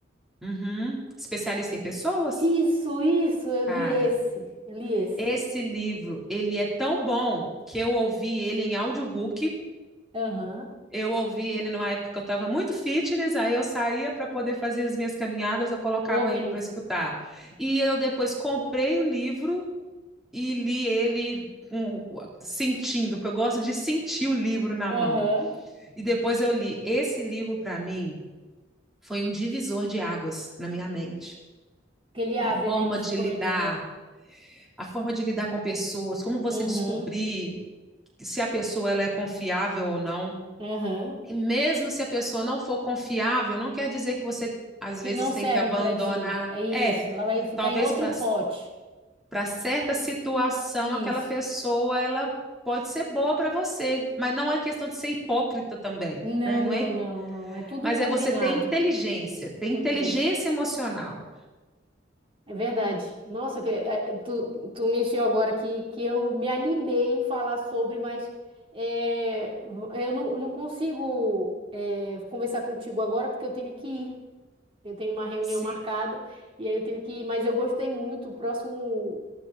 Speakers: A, in the centre; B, on the right.
A: Uhum. Especialista em pessoas?
B: Isso, isso, eu
A: Cara,
B: li esse, eu li esse.
A: Esse livro, ele é tão bom que eu ouvi ele em audiobook.
B: Aham,
A: Eu ouvi ele numa época que eu estava muito fitness, aí eu saía para poder fazer as minhas caminhadas, eu colocava
B: Ouvindo.
A: ele para escutar. E eu depois comprei o livro e li ele com- sentindo, porque eu gosto de sentir o livro na
B: Aham,
A: mão. E depois eu li. Esse livro, para mim, foi um divisor de águas na minha mente.
B: Que ele abre,
A: A forma
B: né? Ele expande,
A: de lidar,
B: né?
A: a forma de lidar com pessoas, como você
B: Uhum,
A: descobrir se a pessoa ela é confiável ou não.
B: aham.
A: E mesmo se a pessoa não for confiável, não quer dizer que você às
B: Que
A: vezes
B: não serve
A: tem que abandonar.
B: para ti. É isso,
A: É,
B: ela vai ficar
A: talvez
B: em outro
A: para
B: pote.
A: certa situação
B: Isso.
A: aquela pessoa ela pode ser boa para você, mas não é questão de ser hipócrita também,
B: Não,
A: né? Não
B: não,
A: é,
B: não, não. É tudo
A: mas
B: combinado.
A: é você ter inteligência, ter
B: Inteligência.
A: inteligência emocional.
B: É verdade. Nossa, que- é, é, tu, me mexeu agora que, que eu me animei em falar sobre, mas é, eu não, eu não consigo é, conversar contigo agora porque eu tenho que ir. Eu tenho uma reunião
A: Sim.
B: marcada e aí eu tenho que ir, mas eu gostei muito. O próximo,